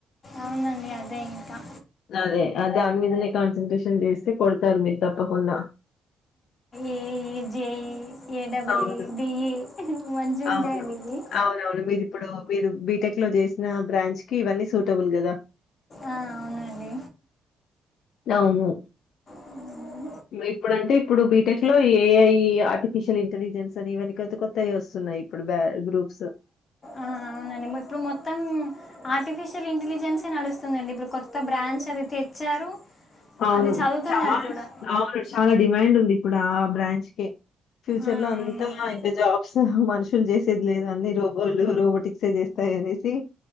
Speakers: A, on the left; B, on the left.
A: అవునండి అదే ఇంకా
B: అదే దానిమీదనే కాన్సంట్రేషన్ జేస్తే కొడతారు మీరు తప్పకుండా
A: ఏఈ జేఈ ఏడబుల్ఈ
B: అవును.
A: డిఈ మంచిగా ఉంటాయండి
B: అవును
A: ఇవి
B: అవునవును మీరిప్పుడు మీరు బీ టెక్ లో చేసిన బ్రాంచ్ కి ఇవన్నీ సూటబుల్ గదా
A: ఆ అవునండి
B: అవును
A: అ <inaudible>
B: ఇప్పుడుంటే ఇప్పుడు బీటెక్ లో ఏఐ ఆర్టిఫిషియల్ ఇంటెలిజెన్స్ అని ఇవన్ని కొత్త కొత్తయి వస్తున్నయి ఉన్నాయి ఇప్పుడు బ గ్రూప్స్
A: ఆ అవునండి ఇప్పుడు మొత్తం ఆర్టిఫిషియల్ ఇంటెలిజెన్సే నడుస్తుందండి ఇప్పుడు కొత్త బ్రాంచ్ అది తెచ్చారు
B: అవును
A: అది చదువుతున్నారు
B: చాలా
A: కూడా
B: అవును చాలా డిమాండ్ ఉంది ఇప్పుడు ఆ బ్రాంచ్ కె ఫ్యూచర్
A: ఆ,
B: లో
A: అవునండి
B: అంతా ఇంకా జాబ్స్ మ నుషులు చేసేది లేదు అన్ని రోబోలు రోబోటి చేస్తాయనేసి